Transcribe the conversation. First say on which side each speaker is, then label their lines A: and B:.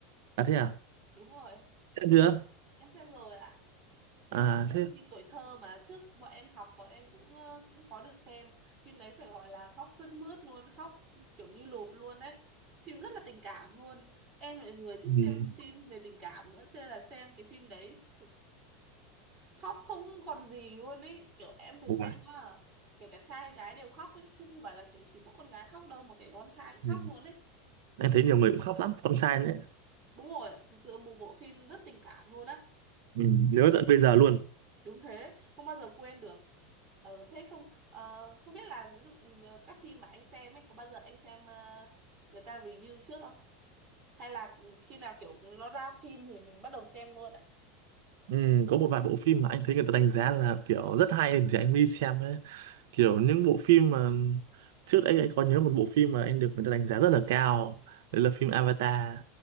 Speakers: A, on the right (about 65°); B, on the right (about 15°).
A: à thế à
B: Đúng rồi,
A: xem chưa
B: em xem rồi ạ. phim
A: à
B: đấy là
A: thế
B: phim tuổi thơ mà trước bọn em học bọn em cũng ờ, cũng có được xem phim đấy phải gọi là khóc sướt mướt luôn khóc kiểu như lụt luôn đấy phim rất là tình cảm luôn em là người thích
A: ừ.
B: xem phim về tình cảm nữa cho nên là xem cái phim đấy khóc không còn gì luôn ấy kiểu em thấy
A: Wow.
B: xem á kể cả trai hay gái đều khóc ấy chứ không phải là kiểu chỉ mỗi con gái khóc đâu mà kể con trai cũng khóc
A: Ừ.
B: luôn ấy
A: em thấy nhiều người cũng khóc lắm con trai nữa
B: đúng rồi thực sự một bộ phim rất tình cảm luôn á
A: ừ. nhớ tận bây giờ luôn
B: đúng thế không bao giờ quên được ờ thế không ờ, không biết là ví dụ ừ, các phim mà anh xem ấy có bao giờ anh xem ờ, người ta review trước không hay là ừ, khi nào kiểu nó ra phim thì mình bắt đầu xem luôn ạ
A: ừ. có một vài bộ phim mà anh thấy người ta đánh giá là kiểu rất hay thì anh mới đi xem ấy kiểu những bộ phim mà trước đây anh có nhớ một bộ phim mà anh được người ta đánh giá rất là cao đấy là phim Avatar